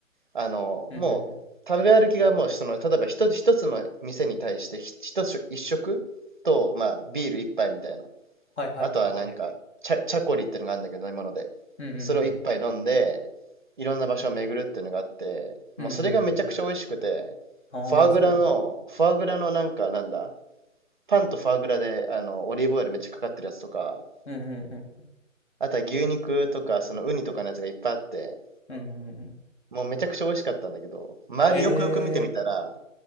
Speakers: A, on the right; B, on the left.
A: あの、
B: うんうんうん。
A: もう、食べ歩きがもう、その、例えば一つ、一つの店に対して、ひ一つ、一食と、まあ、ビール一杯みたいな。
B: はいはいはいは
A: あとはなんか、チャ、チャコリってのがあるんだけど、飲み物で。
B: い。うんうんうんうん。
A: それを一杯飲んで、いろんな場所を巡るっていうのがあって、もうそれがめちゃくちゃ美味しくて、
B: うんうんうん。
A: フォアグラの、
B: ああ、そうなんだ。
A: フォアグラのなんか、なんだ、パンとフォアグラで、あの、オリーブオイルめっちゃかかってるやつとか、
B: うんうんうん
A: あとは牛肉とか、そのウニとかのやつがいっぱいあって、
B: うんうんうん。
A: もうめちゃくちゃ美味しかったんだけど、周りよくよく見てみたら、
B: え